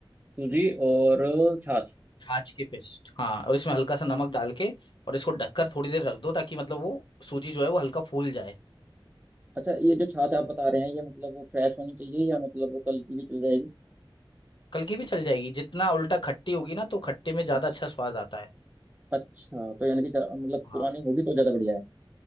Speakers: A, on the right (about 20°); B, on the left (about 60°).
A: सूजी और छाछ
B: छाछ के पेस्ट हाँ और इसमें हल्का सा नमक डाल के और इसको ढककर थोड़ी देर रख दो ताकि मतलब वो सूजी जो है वो हल्का फूल जाए
A: अच्छा ये जो छाछ आप बता रहे हैं ये मतलब वो फ्रेश होनी चाहिए या मतलब कल की भी चल जाएगी
B: कल की भी चल जाएगी जितना उल्टा खट्टी होगी ना तो खट्टे में ज्यादा
A: अच्छा
B: अच्छा स्वाद आता है
A: अच्छा तो यानी कि ज- मतलब
B: हाँ
A: पुरानी होगी तो ज़्यादा बढ़िया है